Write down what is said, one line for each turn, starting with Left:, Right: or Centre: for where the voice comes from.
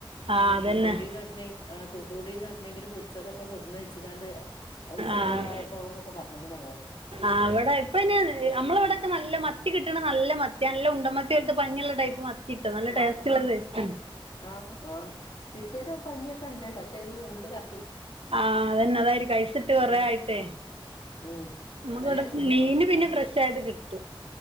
Right: ആ
Left: ഉം
Right: അതന്നെ
Left: തൂത്തുക്കുടീന്ന് എവിടെന്നെ ആ തൂത്തുക്കുടീന്ന് എവിടുന്നെങ്കിലും പിടിച്ചതൊക്കെ കൊടുന്ന് വെച്ച്ങ്ങാണ്ട് ഐസ് ഇട്ടതായതാവും
Right: ആ
Left: ന്നൊക്കെ പറഞ്ഞ്ക്ക്ണ് ഞങ്ങള്
Right: അവിടെ ഇപ്പ നമ്മളവിടൊക്കെ നല്ല മത്തി കിട്ടണ നല്ല മത്തിയാ നല്ല ഉണ്ടമത്തി പോലത്തെ പഞ്ഞിയുള്ള ടൈപ്പ് മത്തി കിട്ടും നല്ല
Left: ആഹ്
Right: ടേസ്റ്റുള്ള
Left: കി
Right: <unintelligible>
Left: ആഹ് ആഹ് കിട്ടിയത് പഞ്ഞിയൊക്കെ ഇണ്ട് പക്ഷെ ഇത് ഉള്ള് കർ
Right: ആഹ് അതന്നെ അതായിരിക്കും ഐസിട്ട് കൊറെ
Left: ഉം
Right: ആയിട്ടേ
Left: ഉം
Right: നമുക്ക്
Left: എല്ലാം
Right: ഇവിടെ മീന് പിന്നെ ഫ്രഷായിട്ട് കിട്ടും